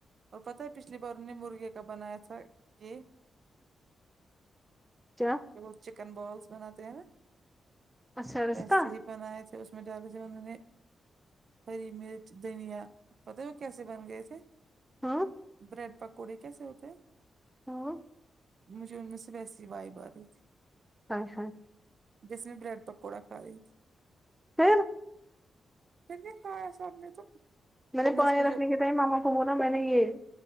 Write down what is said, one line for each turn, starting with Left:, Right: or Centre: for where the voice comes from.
Right: اور پتہ ہے پچھلی بار انہوں نے مرغے کا بنایا تھا یہ
Centre: کیا
Right: وہ چکن بالس بناتے ہیں نا
Centre: اچھا رشتہ
Right: بس یہی بنائے تھے اس میں ڈالے تھے انہوں نے ہری مرچ دھنیا پتا ہے وہ کیسے بن گئے تھے
Centre: ہاں
Right: بریڈ پکوڑی کیسے ہوتے ہے
Centre: ہوں
Right: مجھے ان میں سے ویسے ہی وایب آرہی تھی
Centre: اچھا
Right: جس میں بریڈ پکوڑا کھا رہی تھی
Centre: پھر
Right: پھر نہیں کہا سب نے تو ہم
Centre: میں نے پانی
Right: اس کو
Centre: رکھنے
Right: جو
Centre: کے ٹائم ماما کو بولا میں نے یہ